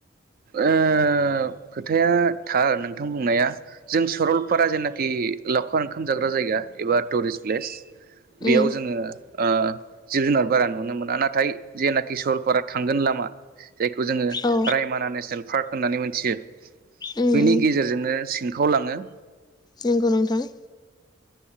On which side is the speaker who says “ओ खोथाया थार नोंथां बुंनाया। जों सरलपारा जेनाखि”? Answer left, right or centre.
Right